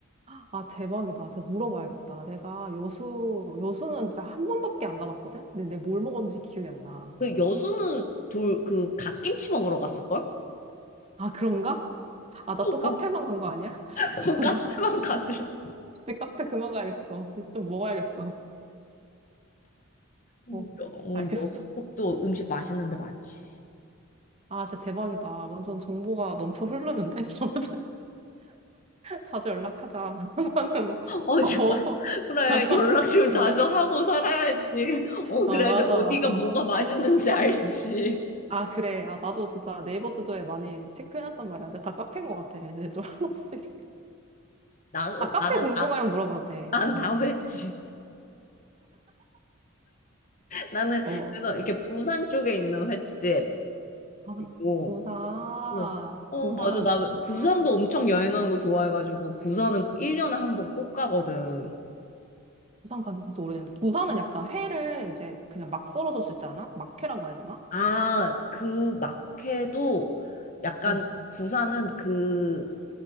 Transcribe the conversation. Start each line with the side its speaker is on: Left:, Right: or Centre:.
Right: 아, 대박이다. 제가 물어봐야겠다. 내가 여수, 여수는 진짜 한 번밖에 안 가봤거든? 근데 내가 뭘 먹었는지 기억이 안 나.
Left: 그 여수는 돌 그 갓김치 먹으러 갔을걸?
Right: 아, 그런가? 아, 나 또
Left: 어,
Right: 카페만 간 거 아니야?
Left: <laughs>
Right: <laughs>
Left: 그
Right: 저는
Left: 카페만 갔을 수.
Right: 진짜 카페 그만 가야겠어. 이제 좀 먹어야겠어.
Left: 어,
Right: 어,
Left: 여- 어,
Right: 알겠어.
Left: 여수 쪽도 음식 맛있는 데 많지.
Right: 아, 진짜 대박이다. 완전 정보가 넘쳐 흐르는데? <laughs> 저번에 자주 연락하자. <laughs> 한번은 뭐,
Left: 어,
Right: 뭐
Left: 좋아.
Right: 먹어.
Left: 그래,
Right: <laughs>
Left: 연락 좀 자주
Right: 어,
Left: 하고 살아야지. 어,
Right: 어,
Left: 그래야지
Right: 맞아,
Left: 어디가
Right: 맞아.
Left: 뭐가 맛있는지 알지.
Right: 아, 그래. 아, 나도 진짜 네이버 지도에 많이 체크해놨단 말이야. 근데 다 카페인 것 같아. 이제 좀 <laughs> 하나씩.
Left: 나,
Right: 아, 카페
Left: 나는,
Right: 궁금하면
Left: 나,
Right: 물어봐도 돼.
Left: 난다
Right: 응.
Left: 횟집. 나는,
Right: 어.
Left: 그래서 이렇게 부산 쪽에 있는 횟집
Right: 아,
Left: 있고,
Right: 부산.
Left: 어, 어,
Right: 부산
Left: 맞아. 나
Right: 진짜.
Left: 부산도 엄청 여행하는 거 좋아해가지고, 부산은 1년에 한 번 꼭 가거든.
Right: 부산 간지 진짜 오래됐는데. 부산은 약간 회를 이제 그냥 막 썰어서 주지 않아? 막회라고 해야 되나?
Left: 아, 그 막회도 약간
Right: 응.
Left: 부산은 그